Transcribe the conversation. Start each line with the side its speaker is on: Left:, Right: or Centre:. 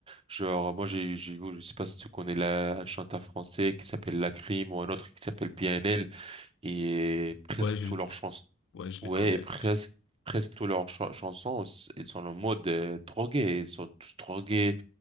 Right: Genre, moi, j'ai, j'ai, je sais pas si tu connais la, un chanteur français qui s'appelle Lacrim ou un autre qui s'appelle PNL et presque
Left: Ouais, je
Right: tous leurs chansons.
Left: ouais je
Right: Ouais,
Left: les connais.
Right: et presque, presque tous leurs cha- chansons, s- ils sont en mode euh, drogué. Ils sont tous drogués